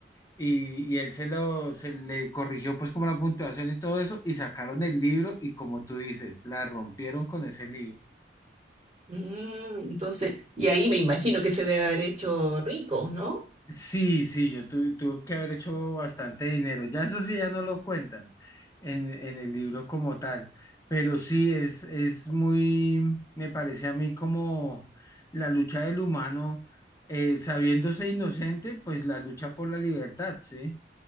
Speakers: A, on the left; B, on the right.
A: Y, y él se lo, se le corrigió pues como la puntuación y todo eso, y sacaron el libro y como tú dices, la rompieron con ese libro.
B: Mm, entonces, y ahí me imagino que se debe haber hecho rico, ¿no?
A: Sí, sí, yo tu- tuve que haber hecho bastante dinero. Ya eso sí, ya no lo cuentan en, en el libro como tal, pero sí es, es muy, me parece a mí como la lucha del humano, eh, sabiéndose inocente, pues la lucha por la libertad, ¿sí?